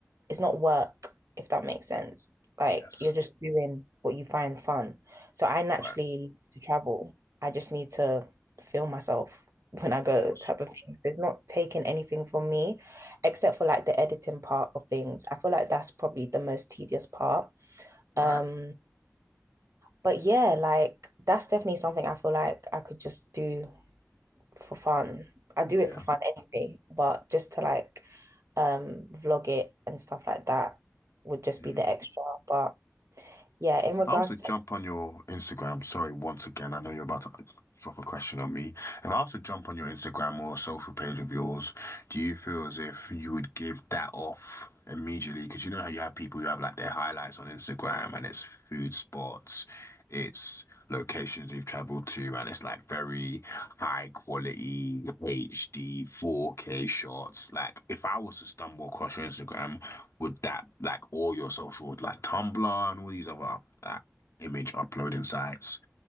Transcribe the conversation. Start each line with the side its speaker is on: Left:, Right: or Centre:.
Right: it's not work, if that makes sense. Like
Left: Yes.
Right: you're just doing what you find fun. So I naturally
Left: Right.
Right: love to travel. I just need to feel myself <laughs> when
Left: Of
Right: I go
Left: course.
Right: type of thing. So it's not taking anything from me except for like the editing part of things. I feel like that's probably the most tedious part
Left: Right.
Right: um, but yeah, like that's definitely something I feel like I could just do for fun. I
Left: Yeah.
Right: do it for fun anyway, but just to like um vlog it and stuff like that would just
Left: Mm.
Right: be the extra. But yeah, in
Left: If
Right: regards
Left: I was to jump
Right: to
Left: on your Instagram, sorry, once again, I know you're about to drop a question on me. If I was to jump on your Instagram or a social page of yours, do you feel as if you would give that off immediately? Because you know how you have people who have like their highlights on Instagram and it's food spots, it's locations they've traveled to, and it's like very high quality HD 4K shots. Like if I was to stumble across your Instagram, would that like all your social like Tumblr and all these other uh, image uploading sites?